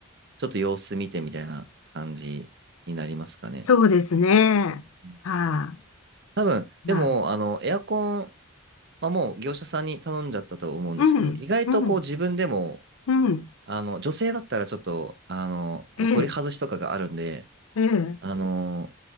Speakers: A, on the right; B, on the left.
A: ちょっと様子見てみたいな感じになりますかね。
B: そうですね。
A: うん
B: はあ、
A: 多分、
B: まあ。
A: でも、あの、エアコン、まあ、もう業者さんに頼んじゃったと思うんですけど、
B: うん。
A: 意外とこう自分でも
B: うん。うん。
A: あの、女性だったらちょっと、あの、こう取り外しとかがあるんで、
B: ええ、ええ、
A: あの、